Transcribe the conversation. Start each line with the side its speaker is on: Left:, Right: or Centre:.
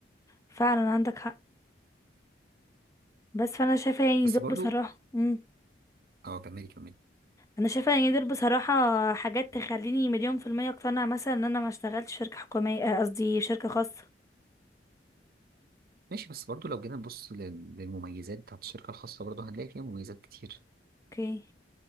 Left: فعلا عندك حق بس فانا شايفة يعني
Right: بس
Left: دول
Right: برضو
Left: بصراحة امم
Right: أه كملي كملي
Left: انا شايفة يعني دول بصراحة حاجات تخليني مليون في المية اقتنع مثلا ان انا ما اشتغلتش في شركة حكومية آه، قصدي شركة خاصة
Right: ماشي بس برضو لو جينا نبص لل- للمميزات بتاعت الشركة الخاصة برضو هنلاقي فيها مميزات كتير
Left: اوكي